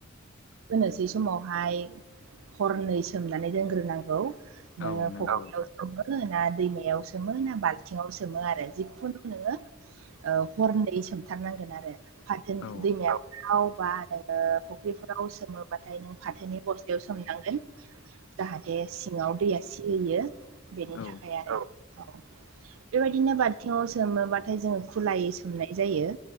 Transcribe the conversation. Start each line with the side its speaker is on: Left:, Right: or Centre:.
Right: फोनोसै समावहाय हरनै सोमनानै दोनग्रोनांगौ नोङो
Left: औ नंगौ
Right: फख्रियाव सोमो ना दैमायाव सोमो ना बाल्थिङाव सोमो आरो जिखुनु नोङो हरनै सोमथारनांगोन आरो फाथो
Left: औ
Right: दैमायाव थावबा नोङो फुख्रिफोर <unintelligible> गाव सोमोबाथाय नों फाथोनि बस्थायाव सोमनांगोन जाहाथे सिङाव दैया सिहोयो बेनि
Left: औ
Right: थाखाय आरो औ बेबायदिनो बालथिङाव सोमोबाथाय जोङो खुलायै सोमनाय‌ जायो